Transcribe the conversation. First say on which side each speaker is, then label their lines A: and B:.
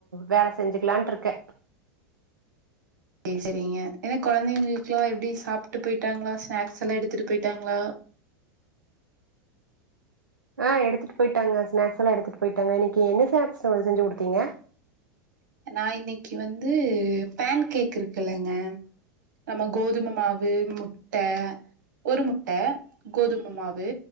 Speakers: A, on the right; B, on the right.
A: வேலை செ செஞ்சுக்கலான்டுருக்க
B: சரி சரிங்க ஏன்னா கொழந்தைங்களுக்குல்லா எப்டி சாப்ட்டு போயிட்டாங்களா ஸ்நாக்ஸ் எல்லா எடுத்துட்டு போயிட்டாங்களா
A: ஆ எத்துட்டு போயிட்டாங்க ஸ்னாக்ஸ் எல்லா எத்துட்டு போயிட்டாங்க இன்னைக்கு என்ன ஸ்னாக்ஸ்ங்க செஞ்சு குடுத்தீங்க
B: நா இன்னைக்கு வந்து பேன் கேக் இருக்குலங்க நம்ம கோதும மாவு முட்ட ஒரு முட்ட கோதும மாவு